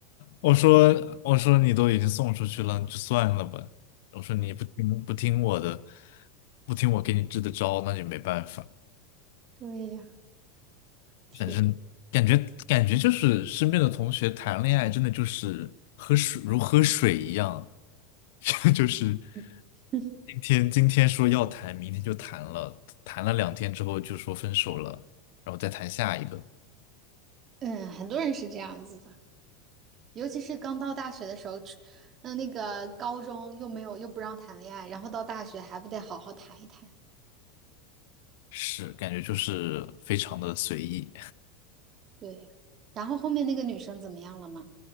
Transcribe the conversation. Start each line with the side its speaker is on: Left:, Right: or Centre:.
Left: 我说我说你都已经送出去了，你就算了吧。我说你不听不听我的，不听我给你支的招，那也没办法。
Right: 对呀，天。
Left: 嗯，感觉感觉就是身边的同学谈恋爱，真的就是喝水如喝水一样，<laughs> 就是
Right: <laughs>
Left: 今天今天说要谈，明天就谈了，谈了两天之后就说分手了，然后再谈下一个，
Right: 嗯，很多人是这样子的，尤其是刚到大学的时候，出嗯，那个高中又没有又不让谈恋爱，然后到大学还不得好好谈一谈？
Left: 是感觉就是非常的随意。
Right: 对呀。然后后面那个女生怎么样了吗？